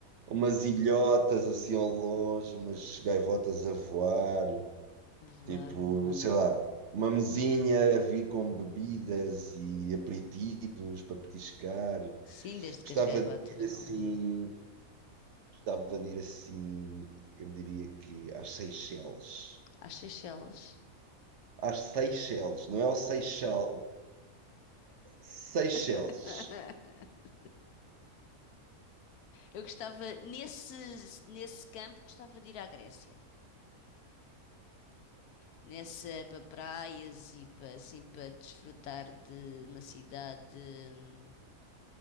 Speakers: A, on the right (about 60°); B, on the left (about 85°).
A: umas ilhotas assim ao longe, umas gaivotas a voar.
B: A voar,
A: Tipo,
B: a voar.
A: sei lá, uma mesinha a vir com bebidas e aperitivos para petiscar.
B: Sim, desde
A: Gostava
B: que as gaivotas
A: de ir assim,
B: não levam.
A: gostava de ir assim, eu diria que às Seychelles.
B: Às Seychelles.
A: Às Seychelles, não é ao Seychelles, Seychelles.
B: <laughs> Eu gostava, nesse, nesse campo, gostava de ir à Grécia. Nessa, para praias e para, assim, para desfrutar de uma cidade hum,